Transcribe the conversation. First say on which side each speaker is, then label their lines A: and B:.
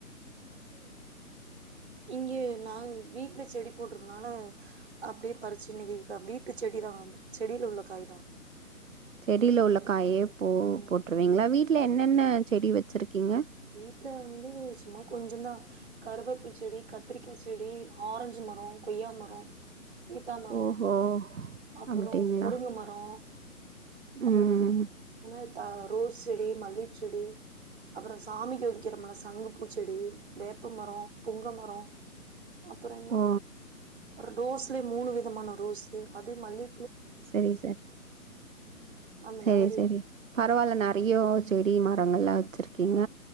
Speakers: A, on the right; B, on the right.
A: இங்கே நாங் வி ட்ல செடி போட்டிருக்கனால அப்டியே பறிச்சுன்னிக்கி வீட்டு செடி தா செடில உள்ள காய் தா
B: செடில உள்ளக் காயே போ
A: ம்
B: போட்ருவீங்களா வீட் ட்ல என்னென்ன செடி வச்சிருக்கீங்க
A: வீட்ல வந்து சும்மா கொஞ்சோந்தா கருவேப்பில் செடி கத்ரிக்கா செடி ஆரஞ்சு மரோ கொய்யா மரோ சீதா மரோ
B: ஓஹோ!
A: அப்றோ
B: அப்டிங்களா?
A: முருங்க மரோ அப்றோ
B: ம்.
A: அது அனாத் தா ரோஸ் செடி மல்லிச்செடி அப்றோ சாமிக்கு ஒதிக்கிறம்ல சங்கு பூச்செடி வேப்பமரோ புங்க மரோ அப்றோ என்ன
B: ஓ!
A: ரோஸ்லயே மூணு விதமான ரோஸு அதே மல்லி
B: செரி செர்
A: அந்த
B: செரி
A: மாதிரி
B: செரி பரவால்ல நறைய ஓ செடி மரங்கள்லா வச் சிருக்கீங்க
A: ஆ